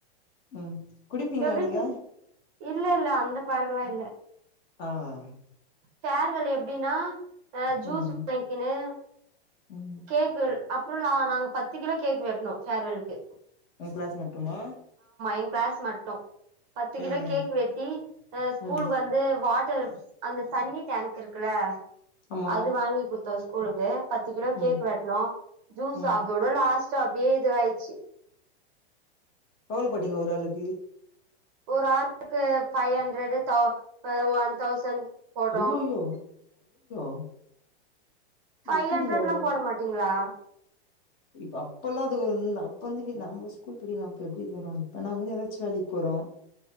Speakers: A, on the left; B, on the right.
A: உம் குடிப்பீங்களா
B: எப்டி
A: நீங்க
B: சொ இல்ல இல்ல அந்த பழக்கெல்லா இல்ல
A: ஆஹ்ஹ்
B: ஃபேர்வல் எப்டினா ஆ ஜூஸ்
A: ம்
B: வாங்க்கினு
A: ம்
B: கேக் ல் அப்றோலா நாங்க பத்து கிலோ கேக் வெட்ணோம் ஃபேர்வலுக்கு
A: உன் கிளாஸ் மட்டுமா
B: எ கிளாஸ் மட்டும் பத்து கிலோ
A: ம்
B: கேக் வெட்டி ஸ்கூலு
A: ம்
B: வந்து வாட்டர் அந்த தண்ணி டேங்க் இருக்குல
A: ஆமா
B: அது வாங்கி குடுத்தோ ஸ்கூலுக்கு பத்து கிலோ
A: ம்
B: கேக் வெட்ணோ ஜூஸ்
A: ம்
B: அதோட லாஸ்ட் <unintelligible> அப்டியே இதுவாய்ச்சி
A: எவ்ளோ போட்டிங்க ஒரு ஆளுக்கு
B: ஒரு ஆளுக்கு பவ் ஹண்ட்ரடு தொவ் ப ஒன் தௌசண்ட் போட்டோ
A: ஐய்யய்யோ <inaudible>
B: பைவ்
A: எப்டி
B: ஹண்ட்ரட்லா
A: எவ்ளோ
B: போட மாட்டீங்களா
A: இப்ப அப்பல்லா அது வந் அப்போ வந்த் நம்ப ஸ்கூல் பிள்ளைங்க அப்ப எப்டி இது வரு இப்பனாவது எதாச்சு வேலைக்கு போறோ